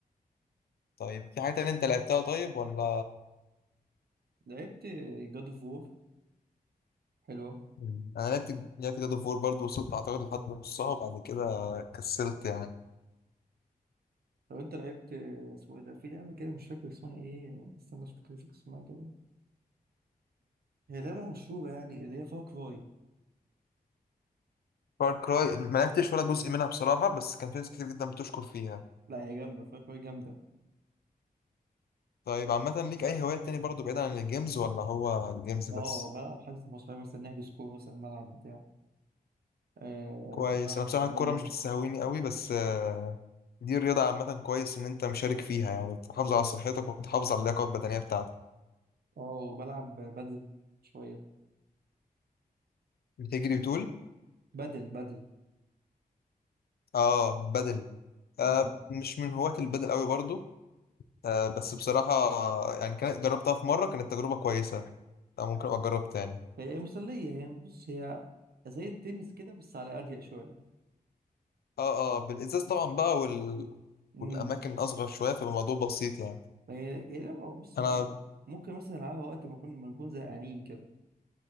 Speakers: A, on the left (about 85°); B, on the right (about 85°).
A: طيب في حاجة تانية انت لعبتها طيب ولا
B: لعبت جاد اوف وور حلوة
A: مم. انا لعبت لعبت جاد اوف وور برضه وصلت اعتقد لحد نصها وبعد كده كسلت يعني
B: لو انت لعبت اسمه ايه ده في لعبة كده مش فاكر اسمها ايه استنى مش فاكر اسمها كده هي لعبة مشهورة يعني اللي هي فار كراي
A: فار كراي ما لعبتش ولا جزء منها بصراحة بس كان في ناس كتير جدا بتشكر فيها
B: لا هي جامدة فار كراي جامدة
A: طيب عامة ليك أي هوايات تاني برضه بعيد عن الجيمز ولا هو الجيمز
B: اه
A: بس؟
B: بلعب حجز مع صحابي مثلا نحجز كورة مثلا ملعب بتاع آه
A: كويس
B: ممكن ألعب
A: أنا بصراحة
B: بدل
A: الكورة مش بتستهويني قوي بس آه، دي الرياضة عامة كويس إن أنت مشارك فيها يعني بتحافظ على صحتك وبتحافظ على اللياقة البدنية بتاعتك
B: اه بلعب بدل شوية
A: بتجري وتقول
B: بدل بدل
A: آه بدل آه
B: مم.
A: مش من هواة البدل قوي برضه آه، بس بصراحة يعني كانت جربتها في مرة كانت تجربة كويسة آه، ممكن أبقى أجرب تاني
B: هي مسلية هي بص هي زي التنس كده بس على أضيق شوية
A: اه اه بالإزاز طبعا بقى وال...
B: امم
A: والأماكن أصغر شوية فالموضوع بسيط يعني
B: هي هي لعبة بص هي
A: أنا
B: ممكن مثلا ألعبها وقت ما نكون ما نكون زهقانين كده